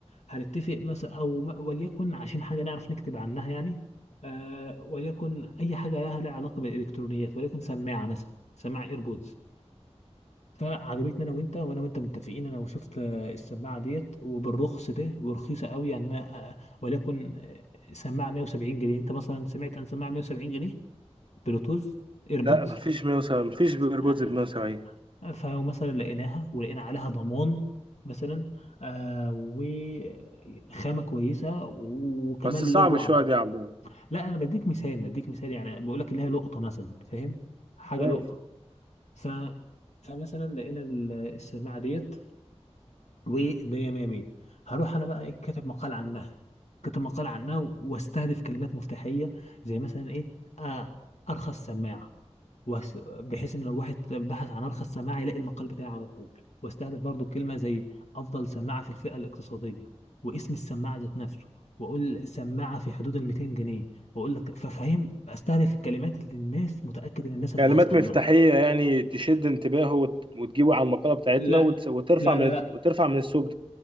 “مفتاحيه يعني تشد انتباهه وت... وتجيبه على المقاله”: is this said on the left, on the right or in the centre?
Right